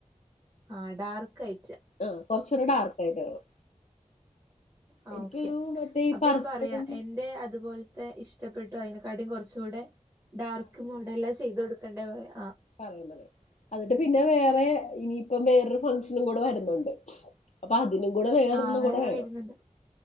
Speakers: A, on the right; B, on the left.
A: ആ ഡാർക്കയി
B: ആ കൊറച്ചൊരു ഡാർക്കയിട്ട് വേണം
A: ആ
B: എനിക്കൊരു
A: ഓക്കെ
B: മറ്റേ ഈ
A: അപ്പൊ
B: പർപ്പിളും
A: ഞാൻ പറയാ എന്റെ അതുപോലത്തെ ഇഷ് ഇഷ്ടപ്പെട്ടു അയ്നെക്കാട്ടിം കുറച്ചുടെ ഡാർക്ക് മോഡല്ല ചെയ്തൊടുക്കണ്ടേ പറയാം
B: പറയാം പറ പിന്നെ വേറെ ഇനിയിപ്പം വേറൊരു ഫങ്ങ്ഷനും കൂടെ വരുന്നുണ്ട് അപ്പൊ അതിനും കൂടെ വേറൊരെണ്ണം
A: ആ വേറെ
B: കൂടെ വേണം
A: വര്ന്നുണ്ട്